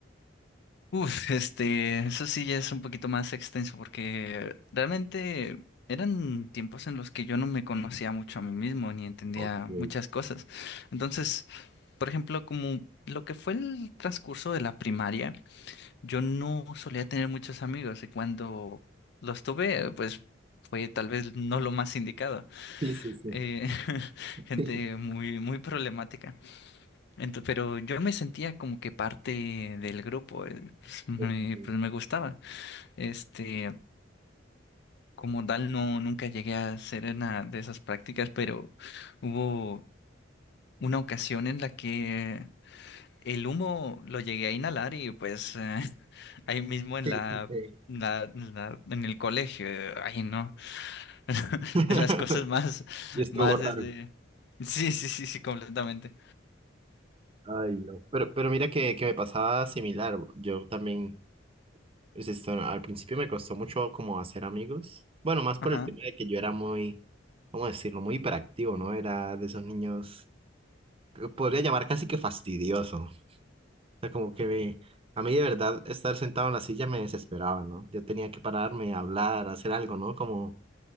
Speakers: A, on the left; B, on the right.
A: Uf, este, eso sí ya es un poquito más extenso porque realmente eran tiempos en los que yo no me conocía mucho a mí mismo ni entendía
B: Ok,
A: muchas cosas. Entonces, por ejemplo, como lo que fue el transcurso de la primaria, yo no solía tener muchos amigos y cuando los tuve, pues fue tal vez no lo más indicado.
B: sí, sí, sí.
A: Eh, <laughs>
B: <laughs>
A: gente muy, muy problemática. Ento- pero yo me sentía como que parte del grupo, eh, pues
B: Ok.
A: me pues, me gustaba. Este, como tal, no, nunca llegué a hacer una de esas prácticas, pero hubo una ocasión en la que el humo lo llegué a inhalar y pues eh, <laughs> ahí mismo en
B: Sí,
A: la,
B: sí, sí.
A: la- la- en el colegio, eh, ay no, <laughs>
B: <laughs>
A: de las cosas más,
B: Y estuvo
A: más
B: raro.
A: desde... Sí, sí, sí, sí, completamente.
B: Ay, no. Pero, pero mira que, que me pasaba similar. Yo también, pues, esto, al principio me costó mucho como hacer amigos. Bueno, más
A: Ajá,
B: por el tema de que yo era muy, ¿cómo decirlo? Muy hiperactivo, ¿no? Era de esos niños, eh, podría llamar casi que fastidioso. O sea, como que me- a mí de verdad estar sentado en la silla me desesperaba, ¿no? Yo tenía que pararme, hablar, hacer algo, ¿no? Como,